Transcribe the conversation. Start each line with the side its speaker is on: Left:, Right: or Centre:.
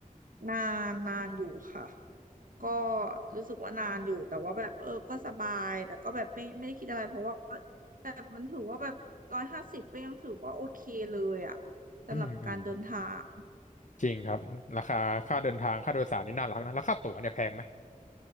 Right: นานนานอยู่ค่ะ ก็รู้สึกว่านานอยู่แต่ว่าแบบเออก็สบายแต่ก็แบบไม่ไม่ได้คิดอะไรเพราะว่าแบบมันถือว่าแบบร้อยห้าสิบก็ยังถือว่าโอเคเลยอ่ะสำหรับการเดินทาง
Left: อืมอืมจริงครับราคาค่าเดินทางค่าโดยสารนี่น่ารักนะแล้วค่าตั๋วเนี่ยแพงไหม